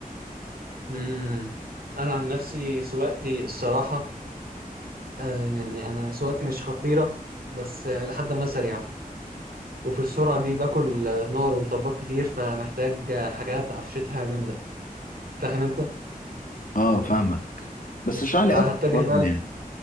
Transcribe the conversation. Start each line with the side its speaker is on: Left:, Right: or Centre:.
Right: امم انا عن نفسي سواقتي الصراحه آه يعني انا سواقتي مش خطيره بس آه، لحد ما سريعه وفي السرعه دي باكل آه، نار ومطبات كتير فمحتاج آه، حاجات عفشتها جامده فاهم انت
Left: اه فاهمك بس اشرح لي
Right: فهتجه
Left: أكتر برضه
Right: بقى ل-
Left: يعني